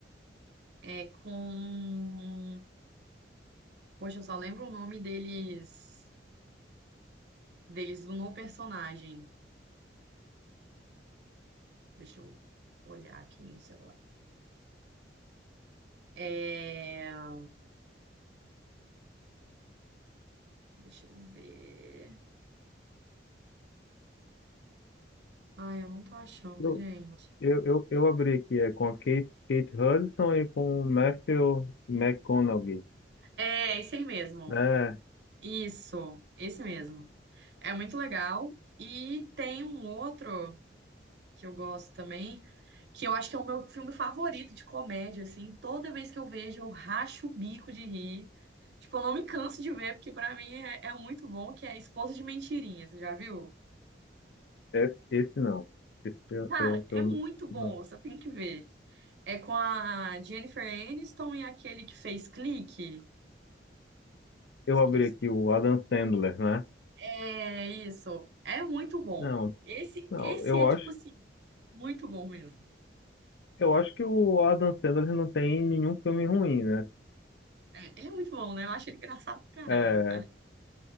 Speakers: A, on the right; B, on the left.
A: É com Poxa, eu só lembro o nome deles, deles no personagem. Deixa eu olhar aqui no celular. É... Deixa eu ver. Ai, eu não tô achando,
B: Eu,
A: gente.
B: eu, eu, eu abri aqui, é com a Kate, Kate Hudson e com o Matthew McConaughey.
A: É, esse aí mesmo.
B: É,
A: Isso, esse mesmo. É muito legal. E tem um outro. que eu gosto também, que eu acho que é o meu filme favorito de comédia, assim. Toda vez que eu vejo, eu racho o bico de rir. Tipo, eu não me canso de ver, porque pra mim é, é muito bom, que é Esposa de Mentirinha, você já viu?
B: esse, esse não. Esse eu,
A: Cara,
B: eu,
A: é
B: eu
A: muito
B: não-
A: bom,
B: não.
A: você tem que ver. É com a Jennifer Aniston e aquele que fez Clique.
B: Eu
A: Esqueci.
B: abri aqui o Adam Sandler, né?
A: É isso. É muito bom.
B: Não,
A: Esse,
B: não,
A: esse
B: eu
A: é
B: acho,
A: tipo assim, muito bom mesmo.
B: eu acho que o Adam Sandler não tem nenhum filme ruim, né?
A: É, ele é muito bom, né? Eu acho ele engraçado pra
B: É,
A: caramba,